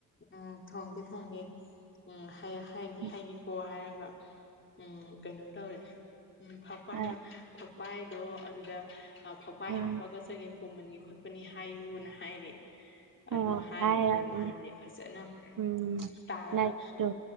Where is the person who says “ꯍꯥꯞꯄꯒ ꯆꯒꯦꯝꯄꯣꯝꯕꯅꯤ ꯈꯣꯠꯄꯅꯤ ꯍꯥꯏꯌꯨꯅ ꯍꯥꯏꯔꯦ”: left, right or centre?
Left